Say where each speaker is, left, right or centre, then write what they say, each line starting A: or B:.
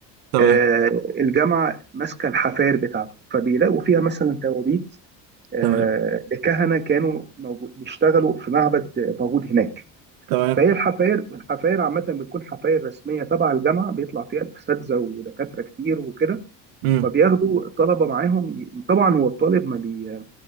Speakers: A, on the right; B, on the right.
A: تمام
B: آه، الجامعة ماسكة الحفاير بتاعته فبيلاقوا فيها مثلا توابيت آه،
A: تمام
B: لكهنة كانوا موجود بيشتغلوا في معبد آه، موجود هناك
A: تمام
B: فهي الحفاير الحفاير عامة بتكون حفاير رسمية تبع الجامعة بيطلع فيها الأساتذة ودكاترة كتير وكده
A: امم
B: فبياخدوا الطلبة معاهم ي- طبعا هو الطالب ما بي...